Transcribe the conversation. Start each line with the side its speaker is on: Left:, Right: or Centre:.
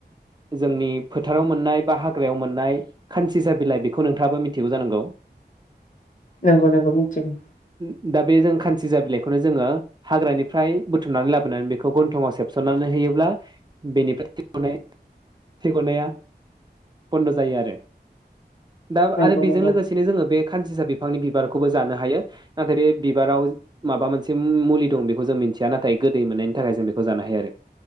Right: जोंनि फोथाराव मोननाय बा हाग्रायाव मोननाय खानसिसा बिलाइ बेखौ नोंथाङाबो मिथिगौ जानांगौ।
Left: नोंग औ नंगौ मिथिगौ।
Right: दा बे जों खानसि जा बिलाइखौनो जोङो हाग्रानिफ्राय बुथुमनानै लाबोनानै बेखौ गन्थंआव सेबसननानै होयोब्ला बेनिफ्राय <unintelligible> थै गनाया बन्द' जायो आरो। दा
Left: नंगौ
Right: आरो बेजों
Left: नंगौ
Right: लोगोसेनो जोङो बे खानसिसा बिफांनि बिबार खौबो जानो हायो नाथाय बे बिबाराव माबा मोनसे मुलि दं बेखौ जों मिथिया नाथाय गोदै मोननायनि थाखाय जों बेखौ जानो हायो आरो।